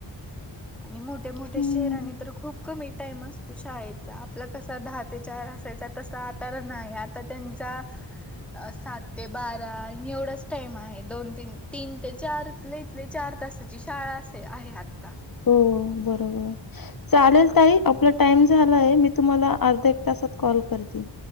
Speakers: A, in the centre; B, on the left (about 50°).
A: आणि मोठ्या मोठ्या
B: हम्म.
A: शहराने तर खूप खूप कमी टाईम असतो शाळेचा. आपला कसा दहा ते चार असायचा, तसा आताला नाही आता त्यांचा सात ते बारा एवढाच टाइम आहे. दोन, तीन, तीन ते चार लईतलई चार तस ज शाळा असे, आहे आत्ता.
B: हो, बरोबर. चालेल ताई. आपला टाइम झालाय, मी तुम्हाला अर्ध्या, एक तासात कॉल करते.